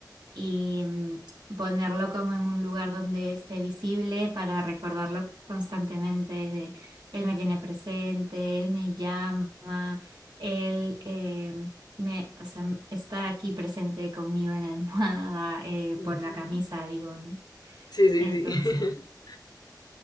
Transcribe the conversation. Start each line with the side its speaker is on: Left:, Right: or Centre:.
Right: Y mm, ponerlo como en un lugar donde esté visible para recordarlo constantemente de él me tiene presente, él me llama, él eh, me, o sea, está aquí presente conmigo en la almohada, eh, por
Left: ujú.
Right: la camisa, digo, ¿no?
Left: Sí, sí,
Right: Entonces,
Left: sí. <laughs>